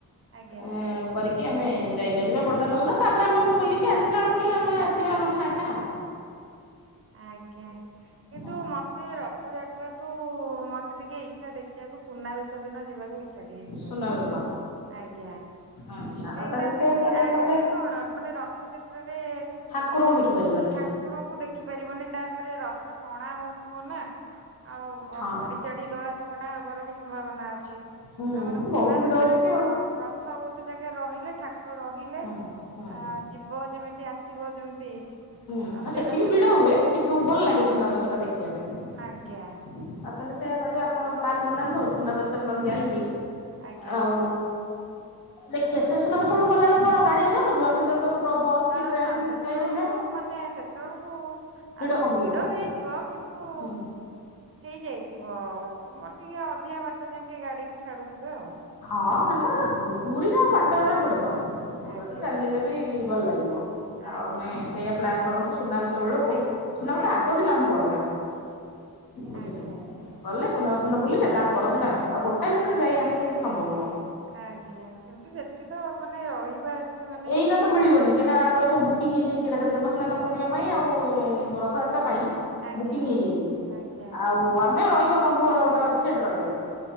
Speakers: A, on the right; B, on the left.
A: ଆଜ୍ଞା
B: ଏଁ କରିକି ଆମେ ଯାଇପାରିବା ବଡଦାଣ୍ଡ ସୁଦ୍ଧା ତାପରେ ଆମେ ଆମର ବୁଲିକି ଆସିଲା ବେଳକୁ ଟିକେ ଆମେ ଆସିବା ଆମର ଛାଁ-ଛାଁ ଆଉ।
A: ଆଜ୍ଞା କିନ୍ତୁ
B: ଆଉ
A: ମତେ ରଥଯାତ୍ରାଠୁ ମତେ ଟିକେ ଇଚ୍ଛା ଦେଖିବାକୁ ସୁନାବେଶ ଦିନ ଯିବାକୁ ଇ <unintelligible>
B: ସୁନାବେଶ
A: ଆଜ୍ଞା
B: ଆଚ୍ଛା
A: କାହିଁକି
B: ଆଉ ତାହେଲେ
A: ନା
B: ସେଇଆ
A: ସେଠି
B: କରିବା
A: ଆ
B: ନହେଲେ
A: ଏଠି କଣ ମାନେ ରଥଯାତ୍ରାରେ
B: ଠାକୁରଙ୍କୁ
A: ହଁ ହଁ
B: ଦେଖିପାରିବାନି
A: ହାକ୍ ଠାକୁରଙ୍କୁ ଦେଖି ପାରିବନି, ତାପରେ ରଥ ଟଣା ହଉଥିବ ନା। ଆଉ
B: ହଁ
A: ଚଢ଼ି ଚାଡ଼ି ଦୋଳା ଚକଟା ହବାର ବି ସମ୍ଭାବନା ଅଛି।
B: ହୁଁ
A: ଆମର ସୁନା
B: ବହୁତ ଭିଡ
A: ବେଶରେ
B: ହଉଛି
A: କଣ
B: ଆଉ
A: ରଥ ଗୋଟେ ଜାଗାରେ ରହିଲେ, ଠାକୁର ରହିଲେ
B: ହଁ ହଁ।
A: ଆ ଯି ହଁ, ଯେମିତି ଆସିବ ଯେମିତି
B: ହୁଁ,
A: ଆଉ
B: ହଁ
A: ସେଇଟା
B: ସେଠି
A: ସେ
B: ବି ଭିଡ ହୁଏ। କିନ୍ତୁ ଭଲ
A: ଆଜ୍ଞା
B: ଲାଗେ ସୁନାବେଶ ଟା ଦେଖିବା ପାଇଁ।
A: ଆଜ୍ଞା
B: ଆଉ ତାଏଲେ ସେୟା କରିବା ଆପଣ ପ୍ଲାନ୍ ବନାନ୍ତୁ, ସୁନାବେଶ ନଏଲେ ଯାଇକି
A: ଆଜ୍ଞା
B: ଆଉ ଦେଖି ଆସିବା ସୁନା ବେଶ ବେଳୁକୁ ଗଲାବେଳକୁ କଣ ଗାଡି ଆଉ ଯାଉ ନଥିବ ଆମେ ସେତେବେଳେ ତ ବସ୍ କି
A: ହଁ,
B: ଟ୍ରେନ
A: ହଁ, ସେତେବେଳକୁ
B: ଯାଇପାରିବା।
A: ମାନେ ସେତେବେଳକୁ ଆଲୋ
B: କମି
A: ଭିଡ
B: ଯାଇଥିବ
A: ହେଇଥିବ କିନ୍ତୁ
B: ହୁଁ
A: ହେଇଯାଇଥିବ ମୋର ଟିକେ ଅଧିକା ବାଟ ଯାକେ ଗାଡି କୁ ଛାଡୁଥିବେ ଆଉ।
B: ହଁ, ହେଲା ପୁରୀରେ ଆଉ ବାଟ ଜଣା ପଡେ ତ, ପୁରୀରେ
A: ଆଜ୍ଞା
B: ତ ଚାଲିଲେ ବି ଭଲ ଲାଗିବ
A: ଆଜ୍ଞା
B: ଆଉ ଆମେ ସେଇୟଆ ପ୍ଲାନ୍ କରନ୍ତୁ ସୁନାବେଶ ବେଳକୁ ସୁନା ବେଶ
A: ଆଜ୍ଞା
B: ଆଗ ଦିନ ଆମେ ପଳେଇବା ବୁଝିଲେ
A: ଆଜ୍ଞା
B: ଗଲେ ସୁନା ବସନା ବୁଲିଲେ ତା ପରଦିନ ଆସିବେ ଆଉ ଗୋଟାଏ ଦିନ ଯାଇ ଆସିକିରି ସମ୍ଭବନ ନ
A: ଆଜ୍ଞା କିନ୍ତୁ ସେଠି ତ ମାନେ ରହିବା ଏତେ ମାନେ
B: ଏଇନା ତ ମିଳନ କାହିଁକନା ଗୋଟ
A: ଏ
B: ସବୁ
A: ନା
B: ବୁକିଂଇଯାଇଛି ଏକଥରେ ଦେବ ସ୍ନାନ ପୂର୍ଣ୍ଣିମା ପାଇଁ ଆଉ ରଥଯାତ୍ରା ପାଇଁ
A: ଆଜ୍ଞା।
B: ବୁକିଂ ହେଇଯାଇଛି
A: ଆଜ୍ଞା
B: ଆଉ ଆମେ ରହିବା ବନ୍ଧୁ ଘର ଗୋଟେ ଅଛି ସେଠି ରହିବା